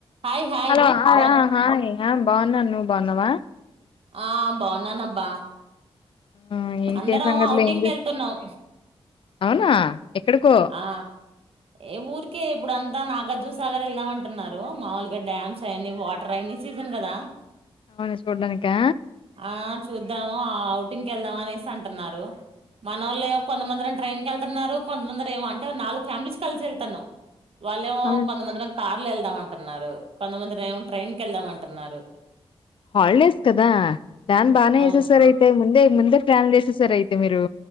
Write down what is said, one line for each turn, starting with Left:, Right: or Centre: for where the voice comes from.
Right: Hi hi
Left: hello hi
Right: బాన్
Left: హ hi ఆ బోన్నా నువ్వు బోన్నావా?
Right: ఆ బోన్నానుబ్బా
Left: ఆ ఇంకేం
Right: అందరం
Left: సంగతులు
Right: ఔటింగ్కి
Left: ఏం చే
Right: వెళ్తున్నాం.
Left: అవునా ఎక్కడికో
Right: ఆ ఏ ఊరికి? ఇప్పుడు అంతా నాగార్జుసాగర్ వెళ్దాం అంటున్నారు. మాముూలుగా డ్యామ్స్ అయిన్ని వాటర్ అయిన్ని సీజన్ కదా.
Left: అవన్ని సూడాన్నికా?
Right: ఆ చూద్దాము ఔటింగ్కి వెళ్దాము అనేసి అంటున్నారు. మనోళ్ళేమో కొంతమందరం ట్రైన్ కెళ్తున్నారు కొంతమందిరు ఏమో అంటే నాలుగు ఫ్యామిలీస్ కలిసి వెళ్తున్నాం. వాళ్ళేమో
Left: అవును
Right: కొంతమంది నాక్ లేళ్దాం అంటున్నారు కొంతమంది ఏమో ట్రైన్కి వెళ్దాము అంటున్నారు.
Left: హల్డేస్ కదా ప్లాన్ బానే
Right: అవును
Left: ఏసేసారు ఐతే ముందే ముందే ప్లాన్ చేసేసార్ అయితే మీరు